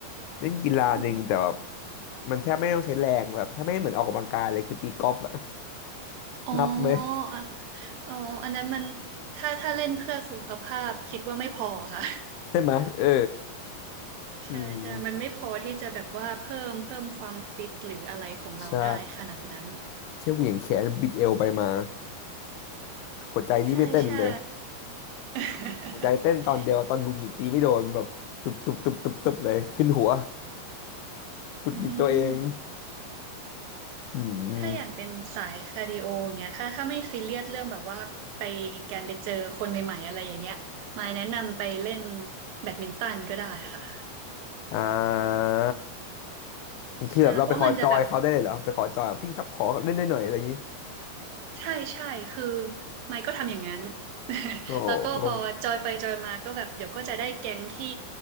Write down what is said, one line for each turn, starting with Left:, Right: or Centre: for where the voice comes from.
Left: เล่นกีฬาหนึ่งแต่แบบ
Right: อืม
Left: มันแทบไม่ต้องใช้แรงแบบแทบไม่เหมือนออกกำลังกายเลยคือตีกอล์ฟอะ
Right: อ๋อ
Left: <laughs> นับไหม
Right: อ่ะอ๋ออันนั้นมันถ้าถ้าเล่นเพื่อสุขภาพคิดว่าไม่พอค่ะ
Left: ใช่ไหมเออ
Right: ใช่ใช่มันไม่พอที่จะแบบว่าเพิ่มเพิ่มความฟิตหรืออะไรของเราได้ขนาดนั้น
Left: อืมใช่แค่เหวี่ยงแขนบิดเอวไปมาหัวใจนี่ไม่เต้นเลย
Right: ใช่ใช่ <laughs>
Left: หัวใจเต้นตอนเดียวตอนหงุดหงิดตีไม่โดนแบบตุบตุบตุบตุบตุบเลยขึ้นหัวหงุดหงิดตัวเอง
Right: อืม
Left: อืม
Right: ถ้าอย่างเป็นสายคาร์ดิโอเงี้ยถ้าถ้าไม่ซีเรียสเรื่องแบบว่าไปการไปเจอคนใหม่ๆอะไรอย่างเงี้ยมายแนะนำไปเล่นแบดมินตันก็ได้ค่ะ
Left: อ่าคือแบบเราไปขอจอยเขาได้เลยเหรอไปขอจอยพี่ครับขอเล่นได้หน่อยอะไรอย่างนี้
Right: ใช่เพราะมันจะแบบ ใช่ใช่คือไมค์ก็ทำอย่างนั้น <laughs>
Left: โอ้
Right: แล้วก็พอจอยไปจอยมาก็แบบเดี๋ยวก็จะได้แก๊งที่